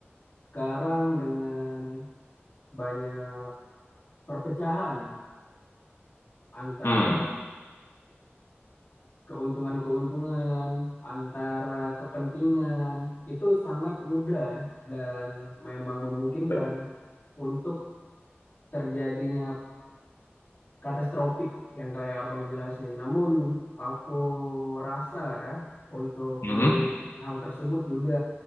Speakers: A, on the left (about 50°); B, on the left (about 65°).
A: sekarang dengan banyak perpecahan antara
B: hmm
A: keuntungan-keuntungan, antara kepentingan, itu sangat mudah ya, dan memang memungkinkan
B: gitu.
A: untuk terjadinya katastropik yang kayak abang jelasin. Namun aku rasa ya untuk
B: Mhm.
A: menunggu hal tersebut juga